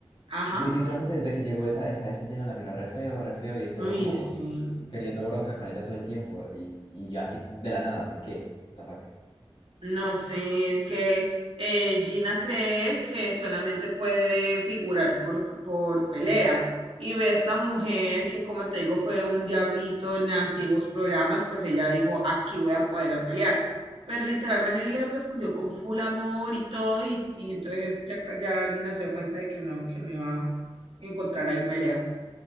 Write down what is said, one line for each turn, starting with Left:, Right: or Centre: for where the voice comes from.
Right: Ajá.
Left: li- literalmente desde que llegó esa, esa, esa Gina la miró re feo, re feo y estuvo
Right: Uy,
Left: como
Right: sí.
Left: queriendo bronca con ella todo el tiempo y, y así de la nada, ¿por qué? What the fuck?
Right: No sé, es que eh, Gina cree que solamente puede figurar por, por pelea. Y ve a esta mujer que, como te digo, fue un diablito en antiguos programas, pues ella dijo, aquí voy a poder a pelear. Pero literalmente le respondió con full amor y todo, y, y entonces ya, ya Gina se dio cuenta de que no, que no iba a encontrar ahí pelea.